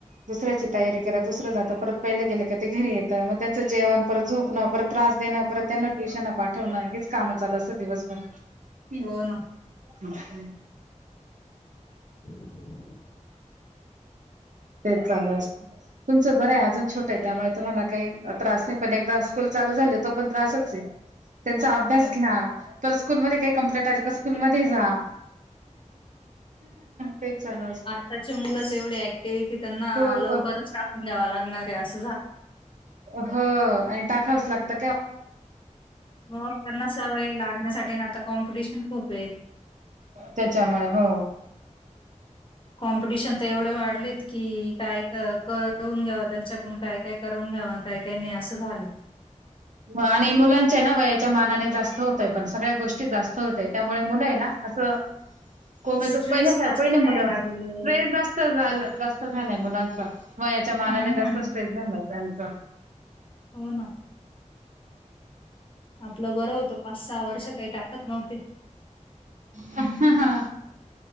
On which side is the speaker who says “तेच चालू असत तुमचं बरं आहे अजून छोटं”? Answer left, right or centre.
Right